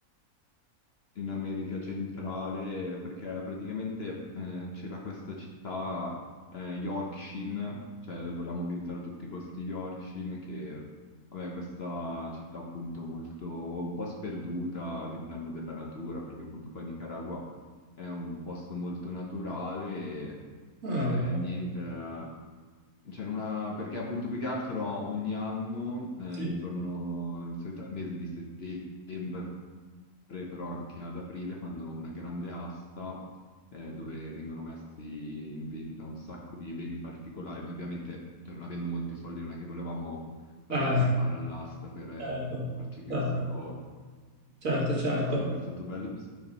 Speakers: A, on the left; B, on the right.
A: in America centrale perché praticamente eh, c'era questa città eh, Yorkshire, cioè volevamo visitare a tutti i costi Yorkshire, che vabbè, questa città appunto molto un po' sperduta all'interno della natura, perché appunto poi Nicaragua è un posto molto naturale e
B: Ah,
A: eh, niente. eh, C'era una, perché appunto più che altro ogni anno, eh,
B: sì,
A: intorno al solito al mese di settembre, però anche ad aprile fanno una grande asta eh, dove vengono messi in vendita un sacco di beni particolari. Noi ovviamente, cioè, non avendo molti soldi, non è che volevamo partecipare
B: Ah,
A: all'asta per eh,
B: certo,
A: farci questa
B: certo,
A: cosa,
B: certo, certo.
A: però comunque è stato bello.